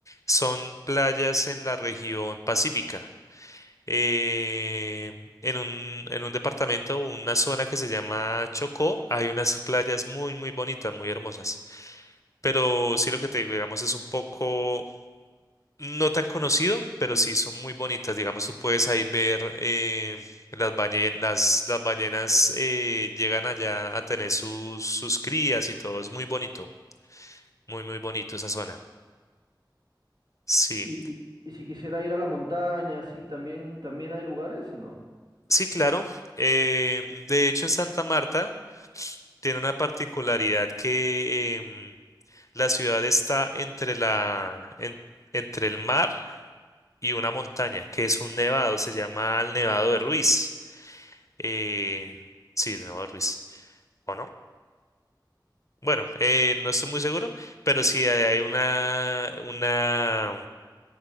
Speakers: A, on the left (about 40°); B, on the right (about 60°).
A: son playas en la región pacífica. Em, en un, en un departamento o una zona que se llama Chocó, hay unas playas muy, muy bonitas, muy hermosas. Pero sí lo que te digo, digamos, es un poco No tan conocido, pero sí son muy bonitas. Digamos, tú puedes ahí ver eh, las ballenas, las, las ballenas eh, llegan allá a tener sus, sus crías y todo. Es muy bonito, muy, muy bonito esa zona. Sí,
B: Y, y si quisiera ir a la montaña, sí, también, también hay lugares o no?
A: sí, claro. Eh, de hecho, en Santa Marta tiene una particularidad que em, la ciudad está entre la, en- entre el mar y una montaña, que es un nevado, se llama el Nevado de Ruiz. Eh, sí, Nevado de Ruiz. ¿O no? Bueno, eh, no estoy muy seguro, pero sí hay hay una, una,